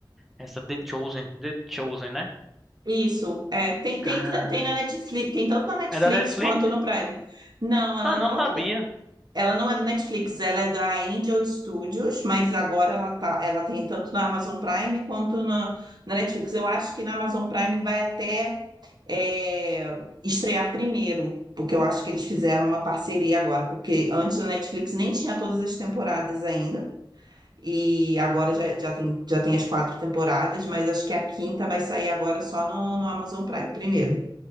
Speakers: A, in the centre; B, on the right (about 55°).
A: Essa The Chosen, The Chosen, né?
B: Isso, é, tem,
A: Cara.
B: tem, tem na Netflix, tem tanto na Netflix
A: É da Netflix?
B: quanto no Prime. Não, ela
A: Ah, não
B: não
A: sabia.
B: é. Ela não é da Netflix, ela é da Angel Studios, mas agora ela tá, ela tem tanto na Amazon Prime quanto na, na Netflix. Eu acho que na Amazon Prime vai até é, estrear primeiro, porque eu acho que eles fizeram uma parceria agora, porque antes da Netflix nem tinha todas as temporadas ainda, e agora já, já tem, já tem as quatro temporadas, mas acho que a quinta vai sair agora só no, no Amazon Prime primeiro,